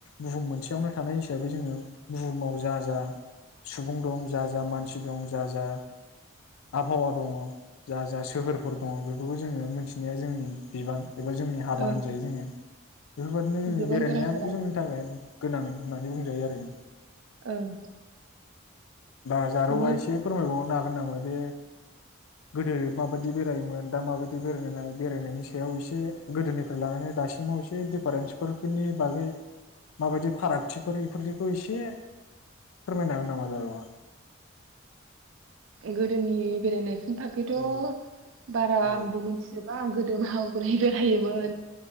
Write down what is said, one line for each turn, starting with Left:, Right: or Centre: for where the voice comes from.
Left: बुहुम मोनसेयावनो थानाय हिसाबै जोङो बुहुमाव जा जा सुबुं दं जा जा मानसि दं जा जा आबहावा दङ जा जा सोहोरफोर दङ बेफोरखौ जोङो मोनथिनाया जोंनि बिबान। एबा जोंनि हाबा
Right: ओं
Left: होनजायो जोङो। बेफोरबादिनो
Right: गोबां
Left: बेरायनायाबो
Right: गोनांथार आरो
Left: जोंनि
Right: बेफोर
Left: थाखाय गोनां। होननानै बुंजायो आरो जों
Right: ओं
Left: बा जारौआ
Right: माने
Left: एसे फोरमायबावनो <unintelligible> हागोन नामा बे गोदो माबायदि बेरायोमोन दा माबायदि बेरायहनाय बेरायनायनि सायाव एसे गोदोनिफ्राय लानानै दासिमाव एसे दिडिफारेन्सखनि बागै माबायदि फारागथिफोर बेफोरनिखौ एसे फोरमायनो हागोन नामा जारौआ।
Right: गोदोनि बेरायनाय नि थाखायैथ'
Left: औ
Right: बारा
Left: औ
Right: आंबो मिथिजोब <unintelligible> <unintelligible> बेरायोमोन